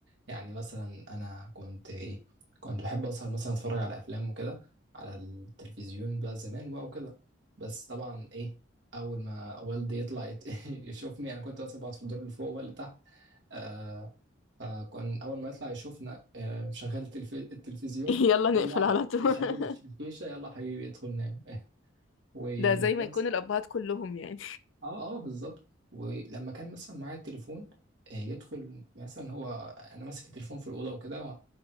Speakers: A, on the right (about 60°); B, on the left (about 75°).
A: يعني مثلا انا كنت ايه كنت بحب اسهر مثلا اتفرج على افلام وكده على التلفزيون بقى زمان بقى وكده بس طبعا ايه اول ما والدي يطلع يت- <laughs> يشوفني انا كنت مثلا بقعد في الدور اللي فوق ولا تحت آه فكان اول ما يطلع يشوفنا آه شغال التلف... التلفزيون
B: <laughs> يلا
A: لا
B: نقفل على طول
A: شادد
B: <laughs>
A: الفيشه يلا حبيبي ادخل نام <laughs> ولما
B: ده زي ما يكون الأبهات كلهم يعني
A: اه اه بالظبط ولما كان مثلا معايا التليفون آه، يدخل مثلا هو انا ماسك التليفون في الاوضه وكده